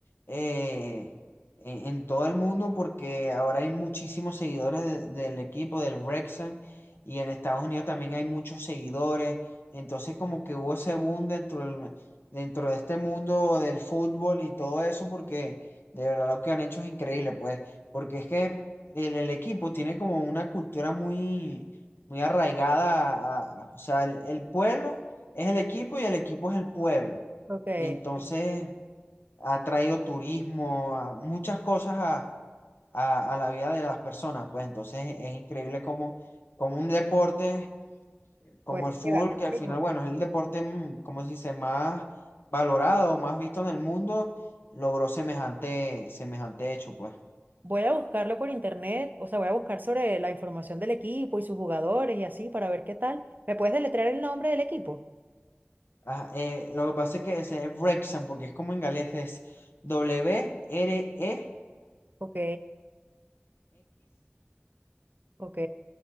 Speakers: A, on the left; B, on the right.
A: eh, en, en todo el mundo porque ahora hay muchísimos seguidores de- del equipo, del Wrexham, y en Estados Unidos también hay muchos seguidores. Entonces como que hubo ese boom dentro, del- dentro de este mundo del fútbol y todo eso porque de verdad lo que han hecho es increíble, pues, porque es que el, el equipo tiene como una cultura muy muy arraigada o sea, el, el pueblo es el equipo y el equipo es el pueblo.
B: Ok,
A: Y entonces
B: sí,
A: ha traído turismo, a muchas cosas a, a- a la vida de las personas. Pues entonces es increíble como, como un deporte como
B: puede
A: el fútbol,
B: llegar tan
A: que al
B: lejos,
A: final, bueno,
B: ¿verdad?
A: es el deporte, mm, como se dice, más valorado, más visto en el mundo, logró semejante, semejante hecho, pues.
B: Voy a buscarlo por internet, o sea, voy a buscar sobre la información del equipo y sus jugadores y así para ver qué tal. ¿Me puedes deletrear el nombre del equipo?
A: Ah, eh, lo que pasa es que ese es Wrexham, porque es como en galés, es W-R-E-X.
B: Ok, ok,